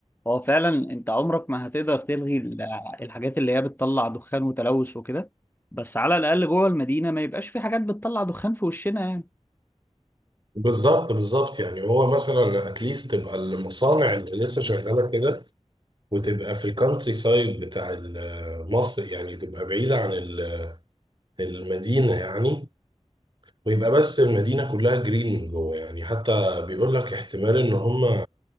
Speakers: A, on the left; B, on the right.
A: هو فعلا انت عمرك ما هتقدر تلغي ال- الحاجات اللي هي بتطلع دخان وتلوث وكده بس على الاقل جوه المدينه ما يبقاش في حاجات بتطلع دخان في وشنا يعني
B: بالظبط بالظبط يعني هو مثلا اتليست تبقى المصانع اللي لسه شغاله كده وتبقى في الكانتري سايد بتاع ال- مصر يعني تبقى بعيده عن ال- المدينه يعني ويبقى بس المدينة كلها جرين من جوه يعني حتى بيقول لك احتمال ان هم